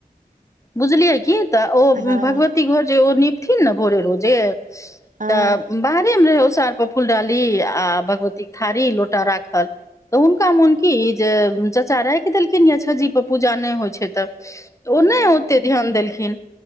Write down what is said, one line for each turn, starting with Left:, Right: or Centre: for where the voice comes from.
Left: बुझलियै की तऽ ओ
Right: हँ
Left: भगवती घर जे ओ निपथिन ने भोरे रोजे
Right: हँ
Left: तऽ बाहरेमे उषाआर पर फूल डाली आ भगवतीक थाड़ी लोटा राखल तऽ हुनका मोन की जे चचा राखि देलखिन या छ्जीपर पूजा नहि होइ छै तऽ त ओ
Right: हँ
Left: नहि ओते ध्यान देलखिन